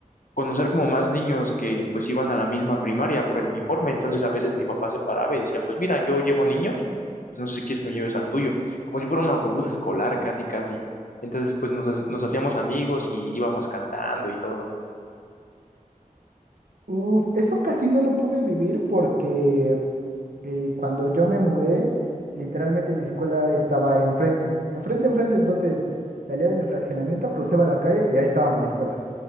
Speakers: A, on the left (about 70°); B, on the right (about 85°).
A: conocer como más niños que pues iban a la misma primaria por el uniforme. Entonces a veces mi papá se paraba y decía, pues mira, yo llevo niños, pues no sé si quieres que me lleves al tuyo, como si fuera un autobús escolar casi, casi. Entonces pues nos, hace- nos hacíamos amigos y íbamos cantando y todo.
B: Uf, eso casi no lo pude vivir porque eh, cuando yo me mudé, literalmente mi escuela estaba enfrente, enfrente, enfrente, entonces salía de mi fraccionamiento, cruzaba la calle y ahí estaba mi escuela.